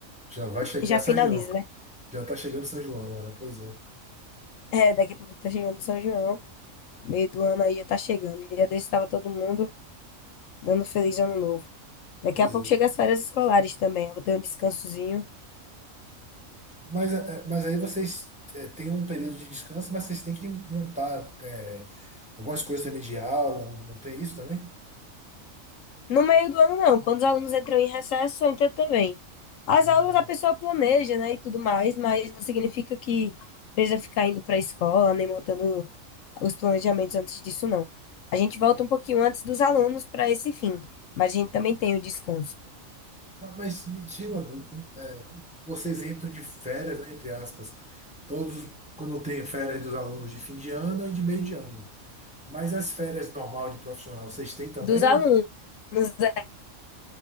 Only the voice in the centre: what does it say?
Já vai chegar
São
João.
Já está chegando São João, é, pois é.
Pois
é.
Mas, é, é, mas aí vocês é, têm um período de descanso, mas vocês têm que montar é, algumas coisas também de aula, não tem isso também?
Ah,
mas me tira uma dúvida. é, vocês entram de férias, né, entre aspas, todos quando tem férias dos alunos de fim de ano e de meio de ano. Mas as férias normal de profissional, vocês têm também?
Ou...